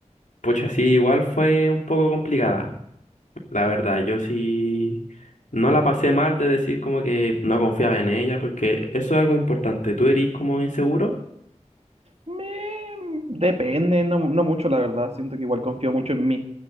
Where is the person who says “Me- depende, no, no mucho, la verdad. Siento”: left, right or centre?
Right